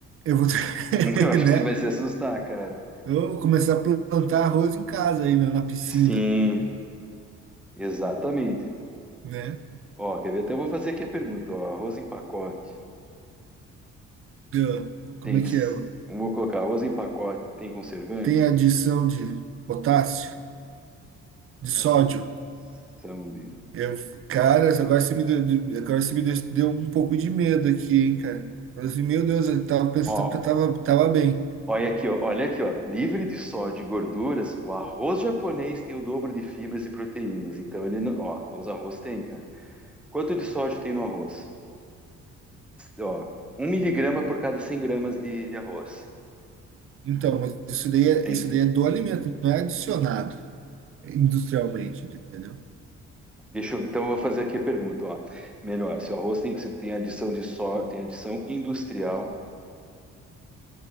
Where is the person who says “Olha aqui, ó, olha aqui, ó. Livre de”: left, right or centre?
Centre